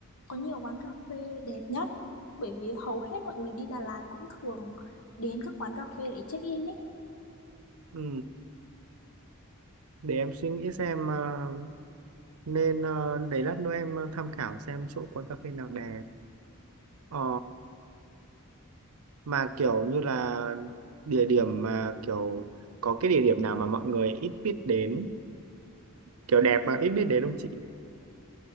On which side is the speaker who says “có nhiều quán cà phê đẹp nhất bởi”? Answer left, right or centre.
Left